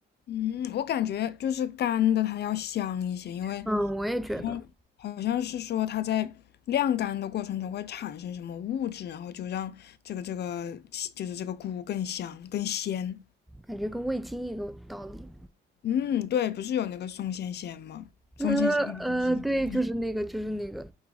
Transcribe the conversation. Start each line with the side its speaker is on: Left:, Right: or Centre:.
Left: 嗯，我感觉就是干的它要香一些，因为
Centre: 嗯，我也觉得，
Left: 好像好像是说它在晾干的过程中会产生什么物质，然后就让这个这个就是这个菇更香更鲜。
Centre: 感觉跟味精一个道理。
Left: 嗯，对，不是有那个松鲜鲜吗？松鲜鲜好像是那个
Centre: 呃呃，对，就是那个，就是那个。